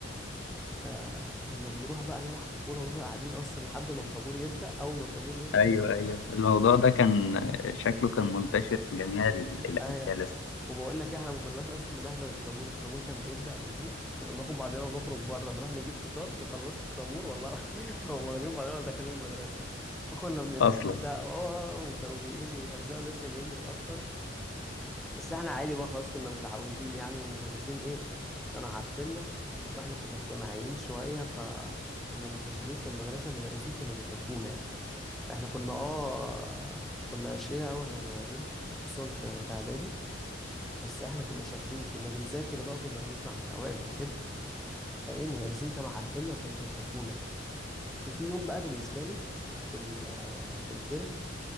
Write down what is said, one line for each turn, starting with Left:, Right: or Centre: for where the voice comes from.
Centre: آه كنا بنروح بقى نلعب كورة ونفضل قاعدين اصلا لحد ما الطابور يبدأ اول ما الطابور يبدأ
Left: ايوه ايوه الموضوع ده كان شكله كان منتشر في جميع ال- الاجيال
Centre: ايوه وبقول لك إيه، احنا ما كناش اصلا بنحضر الطابور الطابور كان بيبدأ من هنا كنا بناخد بعضنا ونخرج بره نروح نجيب فطار يخلصوا الطابور والله العظيم <laughs> وهم واخدين بعضنا داخلين المدرسه فكنا بنتهزق
Left: اصلا
Centre: اه وكانوا بي إيه بيهزقوا الناس اللي جايين متأخر بس احنا عادي بقى خلاص كنا متعودين يعني والمدرسين ايه كانوا عارفيننا واحنا كنا اجتماعيين شوية فكنا منتشرين في المدرسة المدرسين كانوا بيحبونا يعني احنا كنا اه كنا أشقياء أوي واحنا صغيرين خصوصا في في إعدادي بس احنا كنا شاطرين كنا بنذاكر بقى كنا بنطلع من الاوائل وكده فايه المدرسين كانوا عارفيننا وكانوا بيحبونا وفي يوم بقى بالنسبه لي في ال- آه، في الترم